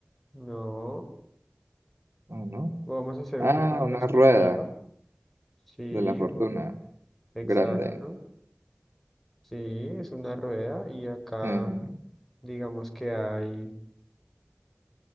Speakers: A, in the centre; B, on the right.
A: No,
B: ¿o no?
A: vamos a hacer
B: Ah,
A: un poco de perspectiva.
B: una rueda
A: Sí,
B: de la fortuna,
A: un- exacto.
B: grande.
A: Sí, es una rueda y acá
B: Eh,
A: digamos que hay...